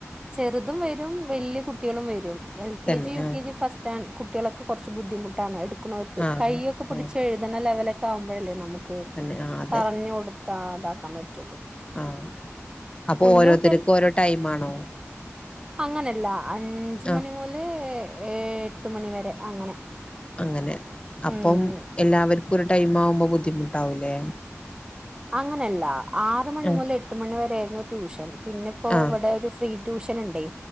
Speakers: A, on the right (about 15°); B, on the left (about 20°).
A: ചെറുതുംവരും വലൃകുട്ടികളും വരും എൽ കെ
B: തന്നെ
A: ജി യു
B: ആഹ്
A: കെ ജി ഫസ്റ്റാണ് കുട്ടികളൊക്കെ കൊറച്ച് ബുദ്ധിമുട്ടാണ് എടുക്കുന്നവർക്ക്
B: ആഹ്
A: കയ്യൊക്കെ പിടിച്ചെഴു
B: ആഹ്
A: ഇടുന്ന ലെവലൊക്കെ ആകുമ്പോഴല്ലേ നമുക്ക്
B: തന്നെ ആഹ് അതെ
A: പറഞ്ഞുകൊടുത്താ ഇതാക്കാൻ പറ്റുള്ളൂ.
B: ആ അപ്പൊ
A: കുഞ്ഞു
B: ഓരോത്തർക്കും
A: കുട്ടികൾ
B: ഓരോ ടൈമാണോ.
A: അങ്ങനല്ല അഞ്ചുമണിമൊല്
B: ആഹ്
A: ഏ എട്ടുമണിവരെ അങ്ങനെ.
B: അങ്ങനെ അപ്പം
A: ഉം
B: എല്ലാവർക്കും ഒരു ടൈമാവുമ്പോ ബുദ്ധിമുട്ടാവൂലേ
A: അങ്ങനെയല്ല ആറുമണിമൊല്
B: ആഹ്
A: എട്ടുമണിവരെയായിരുന്നു ട്യൂഷൻ പിന്നിപ്പോ
B: ആഹ്
A: ഇവിടെ ഒരു ഫ്രീ ട്യൂഷനൊണ്ടേ